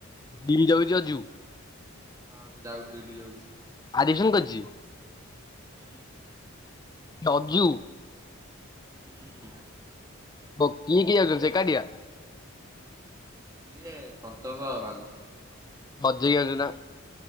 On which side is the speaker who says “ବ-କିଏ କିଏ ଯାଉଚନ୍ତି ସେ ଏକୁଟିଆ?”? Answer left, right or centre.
Left